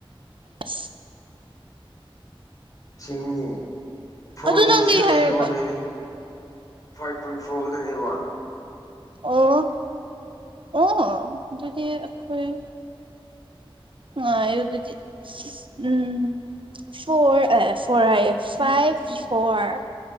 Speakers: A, on the right (about 60°); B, on the left (about 40°).
A: ꯑ
B: ꯁꯤꯁꯤꯡꯃꯤꯅꯤ ꯐꯣꯔ
A: ꯑꯗꯨ ꯅꯪꯗꯤ
B: ꯏꯟꯁꯀꯗꯅꯤ
A: ꯍꯥꯏꯔꯒ
B: ꯐꯥꯏꯚ ꯄꯣꯏꯟ ꯐꯣꯔ ꯈꯛꯇꯅꯦꯕ
A: ꯑꯣ ꯑꯣ ꯑꯗꯨꯗꯤ ꯑꯩꯈꯣꯏ ꯑ ꯑꯗꯨꯗꯤ ꯎꯝ ꯐꯣꯔ ꯑ ꯐꯣꯔ ꯍꯥꯏ ꯐꯥꯏꯚ ꯐꯣꯔ